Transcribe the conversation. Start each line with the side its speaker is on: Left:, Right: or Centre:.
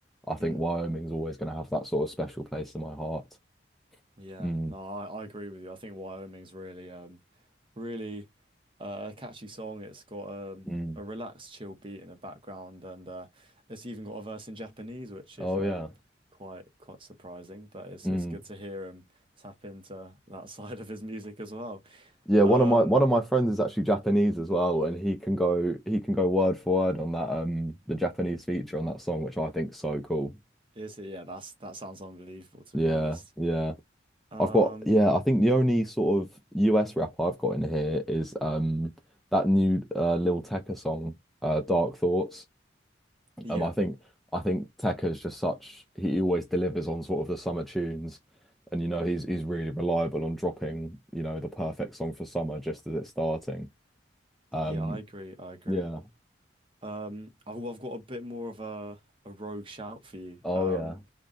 Centre: I think
Right: Hmm.
Centre: Wyoming's always gonna have that sort of special place in my heart.
Right: Yeah,
Centre: Mm.
Right: no, I, I agree with you. I think Wyoming's really um really uh, catchy song. It's got um,
Centre: Mm.
Right: a relaxed, chill beat in the background, and uh, it's even got a verse in Japanese, which
Centre: Oh
Right: is um,
Centre: yeah.
Right: quite quite surprising. But it's
Centre: Mm.
Right: it's good to hear him tap into that <laughs> side of his music as well.
Centre: Yeah,
Right: Um,
Centre: one of my one of my friends is actually Japanese as well, and he can go he can go word for word on that um the Japanese feature on that song, which I think's so cool.
Right: is it? Yeah, that's that sounds unbelievable to
Centre: Yeah,
Right: be honest.
Centre: yeah.
Right: Um,
Centre: I've got yeah, I think the only sort of US rap I've got in here is um that new uh Lil Tecca song, uh Dark Thoughts.
Right: yeah,
Centre: Um I think I think Tecca is just such he he always delivers on sort of the summer tunes and you know he's he's really reliable on dropping, you know, the perfect song for summer just as it's starting. Um
Right: yeah, I agree. I agree.
Centre: yeah.
Right: Um, I've, I've got a bit more of a a rogue shout for you.
Centre: Oh
Right: Um,
Centre: yeah.